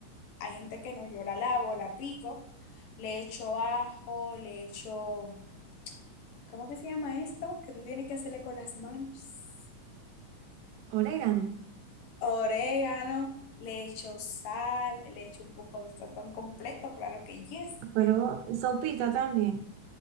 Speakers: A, on the left (about 85°); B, on the right (about 80°).
A: Hay gente que no, yo la lavo, la pico, le echo ajo, le echo, ¿cómo que se llama esto? Que tú tienes que hacerle con las manos.
B: Orégano,
A: orégano, le echo sal, le echo un poco de sazón completo, claro que yes.
B: pero sopita también.